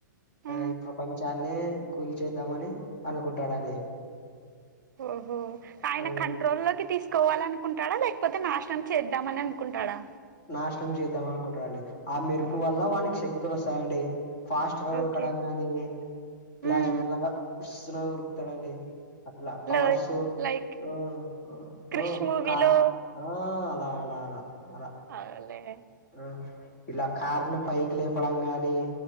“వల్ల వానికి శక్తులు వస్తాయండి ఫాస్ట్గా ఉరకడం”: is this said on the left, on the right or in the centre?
Left